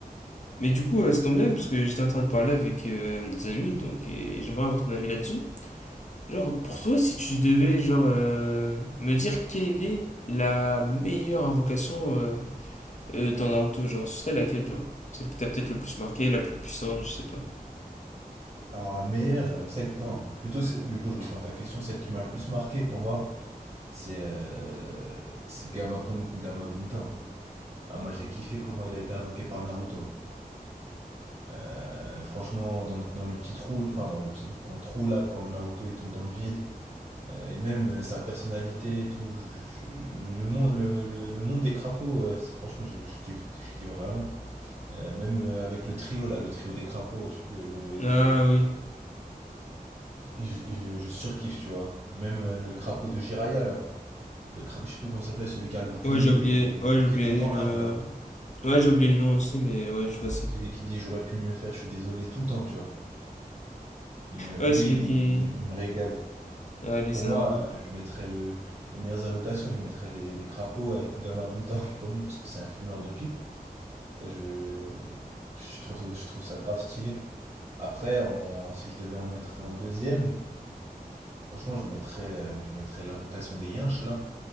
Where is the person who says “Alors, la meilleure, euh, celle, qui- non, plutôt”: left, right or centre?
Right